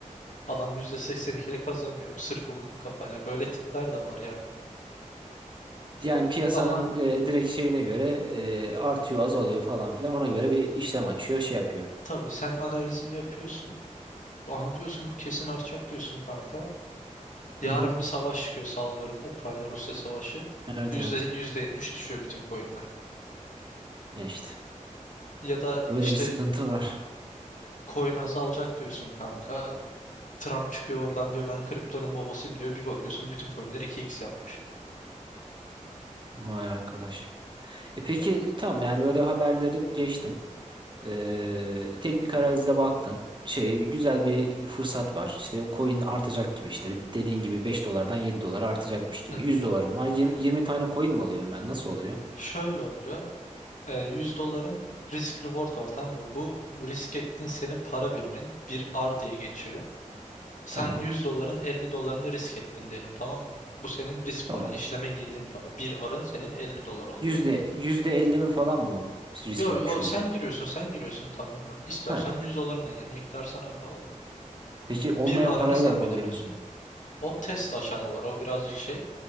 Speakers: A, on the left; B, on the right.
A: Adam %82 ile kazanıyor. Sırf bu kafayla. Böyle tipler de var yani.
B: Yani piyasanın
A: Ama
B: e, direkt şeyine göre e, artıyor, azalıyor falan filan. Ona göre bir işlem açıyor, şey yapıyor.
A: tabii sen analizini yapıyorsun. Aha diyorsun bu kesin artacak diyorsun kanka. Yarın
B: Hı hı.
A: bir savaş çıkıyor sallıyorum. Ukrayna-Rusya savaşı.
B: Evet
A: Yüzde,
B: evet.
A: yüzde yetmiş düşüyor bütün coinler.
B: Ne işte.
A: Ya da
B: Öyle
A: işte
B: bir sıkıntı var.
A: coin azalacak diyorsun kanka. Trump çıkıyor oradan diyor ben kriptonun babasıyım diyor. Bir bakıyorsun bütün coinler iki x yapmış.
B: Vay arkadaş. E peki tamam yani öyle haberleri geçtim. Ee, teknik analizde baktın. Şey, güzel bir fırsat var. İşte o coin artacak gibi işte dediğin gibi 5 dolardan 7 dolara artacakmış gibi.
A: Hı
B: 100
A: hı.
B: dolarım var. yirmi 20 tane coin mi alıyorum ben? Nasıl oluyor?
A: Şöyle oluyor. E, 100 doların risk reward var tamam mı? Bu risk ettiğin senin para birimin bir R diye geçiyor. Sen
B: Tamam.
A: 100 doların 50 dolarını risk ettin diyelim tamam mı? Bu senin risk
B: Tamam.
A: paran, işleme girdiğin para. Bir R'ın senin 50 dolar oluyor.
B: Yüzde, yüzde 50 mi falan mı risk
A: Yo,
B: etmiş
A: yo
B: oldum?
A: sen giriyorsun, sen giriyorsun tamamen. İstersen
B: Ha.
A: 100 dolarına gir, miktar sana bağlı.
B: Peki olmayan
A: Bir R'ını
B: parayla
A: sen
B: yapabiliyor
A: belirliyorsun.
B: musun?
A: O test aşamaları, o birazcık şey.